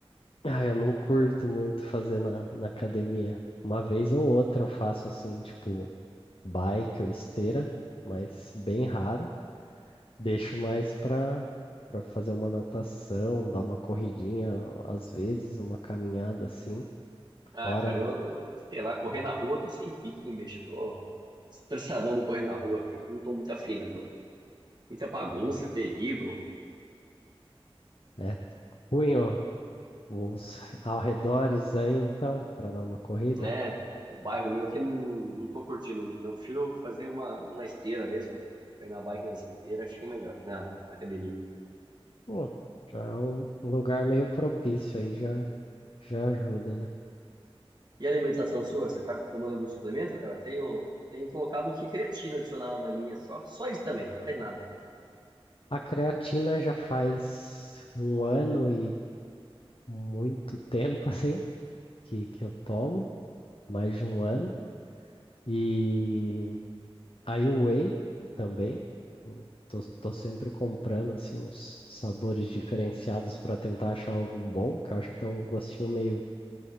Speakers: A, on the left (about 65°); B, on the right (about 45°).
A: Ah, eu não curto muito fazer na, na academia. Uma vez ou outra eu faço assim, tipo, bike ou esteira, mas bem raro. Deixo mais pra, pra fazer uma natação, dar uma corridinha, às vezes, uma caminhada assim.
B: Ah,
A: Fora,
B: cara, eu, eu sei lá, correr na rua, eu tô sem pique, hein, bicho. Tô Estressadão de correr na rua aqui. Não tô muito afim, não. Muita bagunça, perigo,
A: é ruim, ó, os arredores aí, então, pra dar uma corrida.
B: né? O bairro meu aqui não, não tô curtindo muito, não. Prefiro fazer uma, uma na esteira mesmo. Treinar bike na esteira, acho que é melhor, na, na academia.
A: Pô, já é um lugar meio propício aí, já, já ajuda, né?
B: E a alimentação sua? Você tá tomando algum suplemento, cara? Tenho, tenho colocado aqui creatina adicionada na minha, só, só isso também, mais nada.
A: A creatina já faz um ano e muito tempo, <laughs> assim, que, que eu tomo, mais de um ano. E aí o whey também. Eu Tô, tô sempre comprando, assim, uns sabores diferenciados para tentar achar algum bom, que eu acho que tem um gostinho meio,